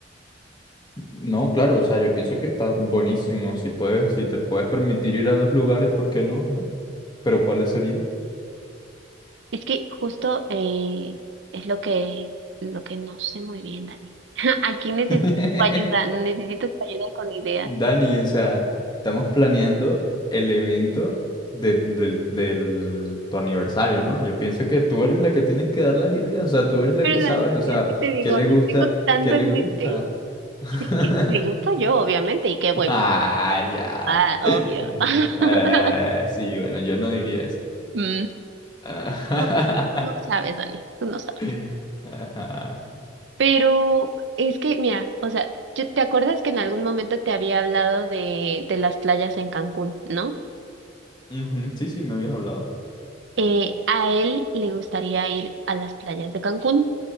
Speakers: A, on the left (about 25°); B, on the right (about 80°).
A: No, claro, o sea, yo pienso que está buenísimo. Si puedes, si te puedes permitir ir a dos lugares, ¿por qué no? ¿No? Pero ¿cuáles serían?
B: Es que justo eh, es lo que, lo que no sé muy bien, Dani. <laughs> Aquí necesito
A: <laughs>
B: tu ayuda, necesito tu ayuda con ideas.
A: Dani, o sea, estamos planeando el evento de, del, del- tu aniversario, ¿no? Yo pienso que tú eres la que tienes que dar las ideas, o sea, tú eres la
B: Pero
A: que sabes,
B: Dani,
A: o sea,
B: es que te digo,
A: ¿qué le
B: no
A: gusta?
B: tengo tanto
A: ¿Qué le
B: en
A: gusta?
B: mente.
A: <laughs>
B: Es que me gusta yo, obviamente, y qué bueno.
A: <laughs> Ah, ya.
B: Ah, obvio.
A: Eh,
B: <laughs>
A: sí, bueno, yo no diría eso.
B: Mm,
A: Ah,
B: No, no sabes, Dani, tú no sabes.
A: <laughs> Ajá.
B: Pero es que, mira, o sea, yo- ¿te acuerdas que en algún momento te había hablado de, de las playas en Cancún, ¿no?
A: Ujú, Sí, sí, me habías hablado.
B: Eh, a él le gustaría ir a las playas de Cancún.